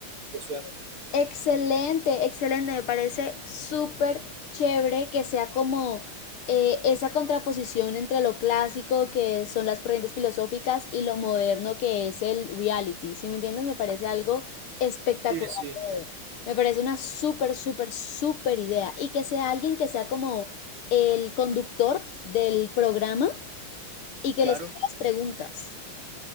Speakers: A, on the right; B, on the left.
A: te suena.
B: Excelente, excelente. Me parece súper chévere que sea como eh, esa contraposición entre lo clásico que son las corrientes filosóficas y lo moderno que es el reality. Si me entiendes, me parece algo espectacular
A: Sí, sí,
B: de ver. Me parece una súper, súper, súper idea. Y que sea alguien que sea como el conductor del programa y que
A: claro.
B: les haga las preguntas.